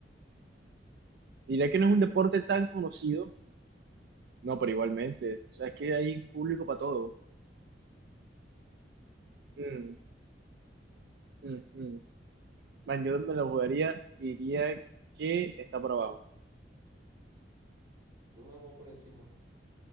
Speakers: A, on the right; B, on the right.
A: Diría que no es un deporte tan conocido, no, pero igualmente, o sea, es que hay público para todo. Mm, mm, mm. Man, yo me lo jugaría y diría que está por abajo.
B: Uno me la juego por encima.